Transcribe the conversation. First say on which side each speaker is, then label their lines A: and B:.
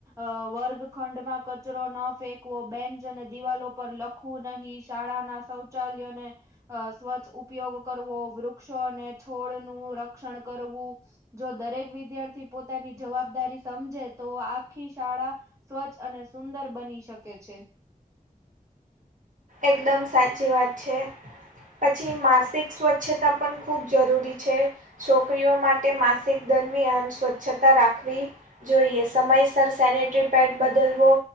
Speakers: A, on the right (about 20°); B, on the right (about 60°).
A: અ વર્ગખંડમાં કચરો ન ફેંકવો. બેન્ચ અને દિવાલો પર લખવું નહીં. શાળા ના શૌચાલયો ને અ સ્વચ્છ ઉપયોગ કરવો. વૃક્ષો અને છોડ નું રક્ષણ કરવું. જો દરેક વિદ્યાર્થી પોતાની જવાબદારી સમજે તો આખી શાળા સ્વચ્છ અને સુંદર બની શકે છે.
B: એકદમ સાચી વાત છે. પછી માસિક સ્વચ્છતા પણ ખૂબ જરૂરી છે. છોકરીઓ માટે માસિક દરમિયાન સ્વચ્છતા રાખવી જોઈએ સમયસર સેનેટરી પેડ બદલવો